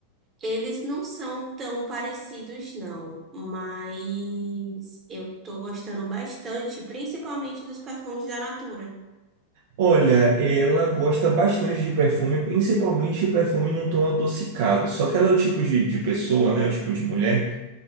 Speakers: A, on the right; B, on the right.
A: Eles não são tão parecidos, não, mas eu estou gostando bastante, principalmente dos perfumes da Natura.
B: Olha, ela gosta bastante de perfume, principalmente perfume num tom adocicado. Só que ela é o tipo de, de pessoa, né? O tipo de mulher